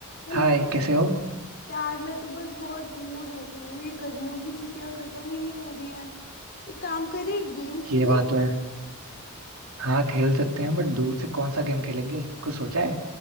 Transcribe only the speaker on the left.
Hello
यार मैं तो बस बहुत बोर हो गई हूँ ये गर्मियों की छुट्टियां खत्म ही नहीं हो रही हैं एक काम करें गेम खेले